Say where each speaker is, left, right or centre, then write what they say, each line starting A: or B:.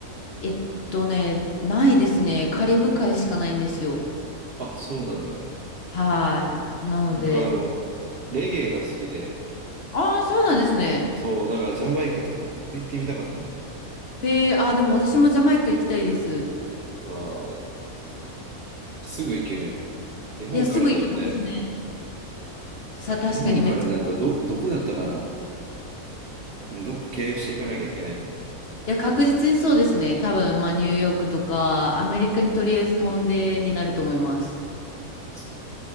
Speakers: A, on the left; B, on the right.
A: えっとね、ないですね。カリブ海しかないんですよ。
B: あ、そうなんだ。
A: はい。なので、
B: 僕、あの、レゲエが好きで、
A: ああ、そうなんですね。
B: そう、だからジャマイカとか本当行ってみたかったんだけ
A: えー、ああ、でも私もジャマイカ行きたいです。
B: ど、わあ、すぐ行けるやん。日本からだとね、
A: いや、すぐ行けますね。さあ、確かにめっちゃ遠いですね。
B: 日本からだとど、どこだったかなうんどっか経由していかなきゃいけないんだよね。
A: いや、確実にそうですね。多分、まあ、ニューヨークとか、アメリカにとりあえず飛んでになると思います。
B: そ